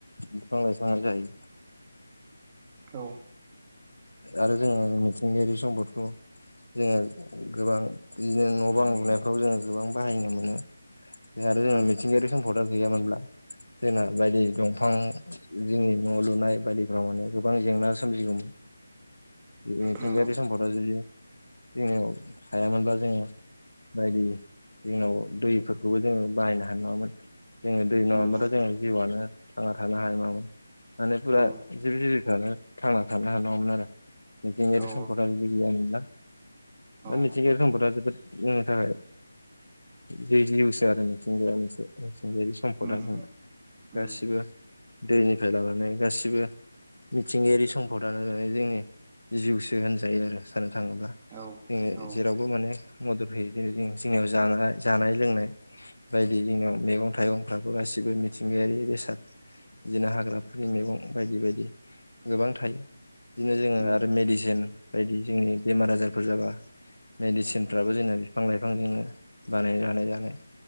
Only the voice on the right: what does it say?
औ।
उम
नंगौ
नंगौ
औ
औ
औ
उम उम
उम
औ
औ
औ